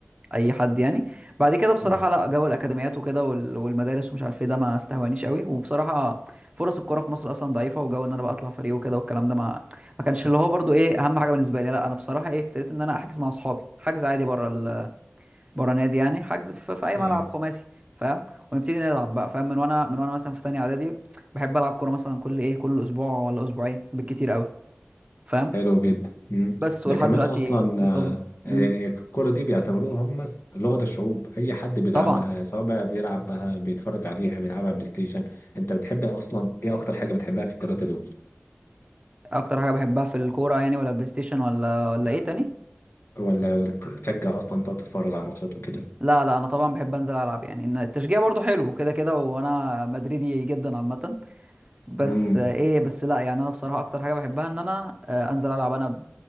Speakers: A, on the right; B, on the left.
A: اي حد يعني بعد كده بصراحه
B: مم.
A: لا جو الاكاديميات وكده وال- والمدارس ومش عارف ايه ده ما استهوانيش قوي وبصراحه فرص الكوره في مصر اصلا ضعيفه وجو ان انا بقى اطلع فريق وكده والكلام ده ما ما كانش اللي هو برضو ايه اهم حاجه بالنسبه لي لا انا بصراحه ايه ابتديت ان انا احجز مع اصحابي حجز عادي بره ال... بره نادي يعني حجز في... في اي
B: أيوة.
A: ملعب خماسي فاهم ونبتدي نلعب بقى فاهم من وانا من وانا مثلا في تانية اعدادي بحب العب كوره مثلا كل ايه كل اسبوع ولا اسبوعين بالكتير قوي فاهم
B: حلو جدا مم.
A: بس
B: ده
A: ولحد
B: كمان
A: دلوقتي
B: اصلا
A: منتظم
B: آه، يعني
A: امم
B: الكرة دي بيعتبروها هم لغة الشعوب اي حد بيلعبها
A: طبعا
B: سواء بقى بيلعبها بيتفرج عليها بيلعبها بلاي ستيشن انت بتحب اصلا ايه اكتر حاجة بتحبها في الثلاثة دول
A: اكتر حاجه بحبها في الكوره يعني ولا البلاي ستيشن ولا ولا
B: آه،
A: ايه تاني
B: ولا تشجع اصلا تقعد تتفرج على ماتشات وكده
A: لا لا انا طبعا بحب انزل العب يعني إن التشجيع برضو حلو كده كده وانا مدريدي جدا عامه بس
B: امم
A: آه، ايه بس لا يعني انا بصراحه اكتر حاجه بحبها ان انا آه، انزل العب انا ب-